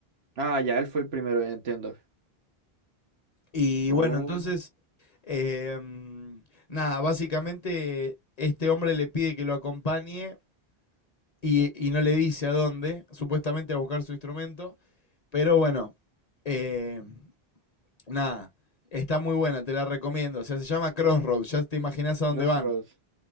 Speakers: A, on the right; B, on the left.
A: Ah, ya, él fue el primero, ya entiendo.
B: Y
A: Oh,
B: bueno, entonces, em, nada, básicamente este hombre le pide que lo acompañe y, y no le dice a dónde, supuestamente a buscar su instrumento. Pero bueno, eh, nada, está muy buena, te la recomiendo. O sea, se llama Crossroads, ya te imaginás a
A: Crossroads.
B: dónde van.